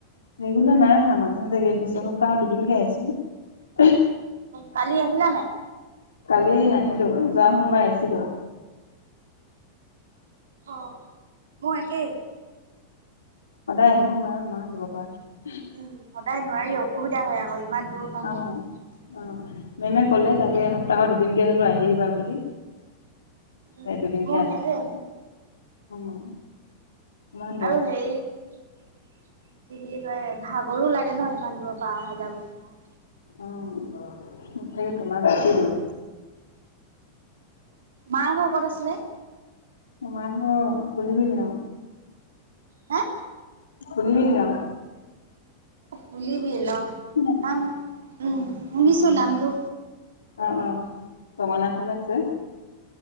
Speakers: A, on the left; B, on the right.
A: ৰেগুলাৰ নাই অহা মাজে মাজে গে বিশছৰ সপ্তাহত দুদিনকে আহিছো
B: কালি আহিলা নাই।
A: কালি নাহিলো যোৱা সোমবাৰ আহিছিলো।
B: অ মই একেই
A: সদায় আহিব নোৱাৰো মা য পৰাাৰ
B: উম সদায় নোৱাৰি অসুবিধা হয় আকৌ ইমান দূৰৰ পৰা
A: অ
B: ন
A: অ মেমে ক'লে তাকে সপ্তাহৰ দুদিনকে হ'লো আহি দিবা বুলি
B: উম,
A: এই দুদিনকে
B: মোৰ
A: আহি
B: সেইটোৱে
A: দিছে উম ইমান দূৰত
B: আৰু হে কি বুলি কয় ভাগৰো লাগে ন ইমান দূৰত প হাজাৰ বৈচৰা
A: উ ম থাকে তোমাৰ বেছি দূৰ
B: মাৰ ঘৰ কত আছিলে
A: ম মাইহ কুলিব আৰু
B: হা
A: পুলিৱেল গা
B: খুলিবি ল
A: নাই
B: নাম উম শুনিছো নামটো
A: অ অ ঙনা ফালে আছে